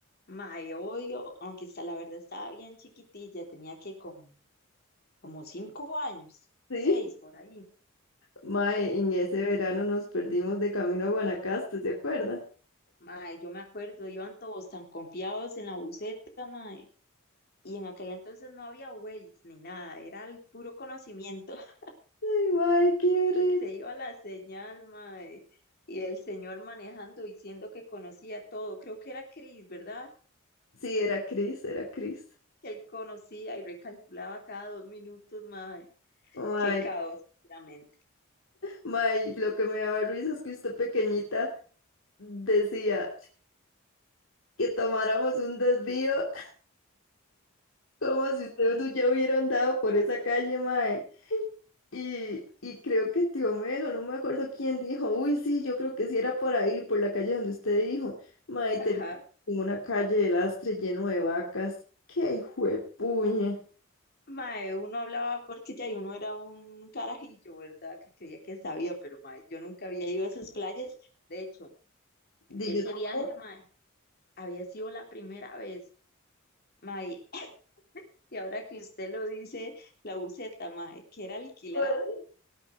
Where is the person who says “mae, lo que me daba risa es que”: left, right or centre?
Left